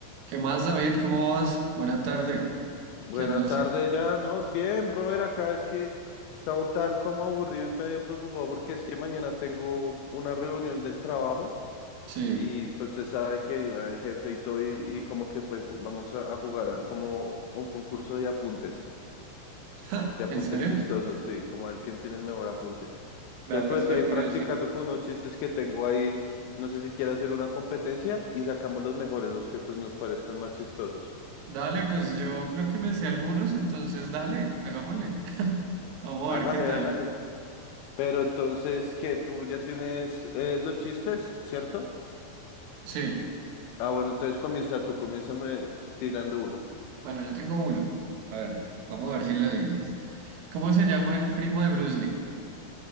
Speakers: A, on the right; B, on the left.
A: ¿Qué más, David? ¿Cómo vas? Buena tarde.
B: Buena
A: ¿Qué andas
B: tarde
A: haciendo?
B: ya, ¿no? Bien, brother, acá es que está un tal como aburrido y medio preocupado porque es que mañana tengo una reunión del trabajo
A: Sí.
B: y pues se sabe que iba el jefe y todo y, y como que pues vamos a, a jugar a como un concurso de apuntes,
A: <laughs>
B: de apuntes
A: ¿En serio?
B: chistosos, sí, como el quien tiene el mejor apunte. Entonces
A: Vea, pues
B: pues estoy
A: qué
B: ahí
A: curioso.
B: practicando con unos chistes que tengo ahí, no sé si quiere hacer una competencia y sacamos los mejores, los que pues nos parezcan más chistosos.
A: Dale, pues yo creo que me sé algunos, entonces dale, hagámosle. <laughs> Vamos
B: Hágale,
A: a ver qué tal.
B: hágale. Pero entonces, que tú ya tienes eh, los chistes, ¿cierto?
A: Sí.
B: Ah, bueno, entonces comienza tú, comiénzame tú tirando uno.
A: Bueno, yo tengo uno. A ver, vamos a ver si lo adivinas. ¿Cómo se llama el primo de Bruce Lee?